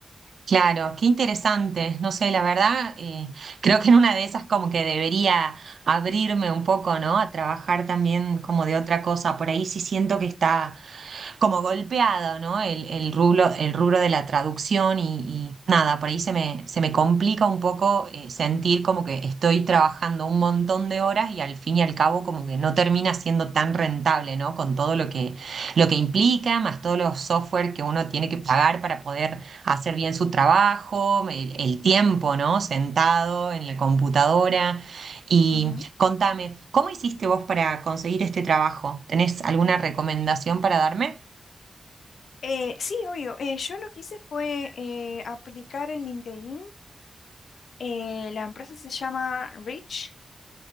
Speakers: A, on the right; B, on the left.
A: Claro, qué interesante. No sé, la verdad, eh, creo que en una de esas como que debería abrirme un poco, ¿no? A trabajar también como de otra cosa. Por ahí sí siento que está como golpeado, ¿no? El, el rubro, el rubro de la traducción y, y nada, por ahí se me, se me complica un poco eh, sentir como que estoy trabajando un montón de horas y al fin y al cabo como que no termina siendo tan rentable, ¿no? Con todo lo que, lo que implica, más todos los software que uno tiene que pagar para poder hacer bien su trabajo, el, el tiempo, ¿no? Sentado en la computadora. Y
B: Ujú.
A: contame, ¿cómo hiciste vos para conseguir este trabajo? ¿Tenés alguna recomendación para darme?
B: Eh, sí, obvio. Eh, yo lo que hice fue eh, aplicar en LinkedIn. Eh, la empresa se llama Rich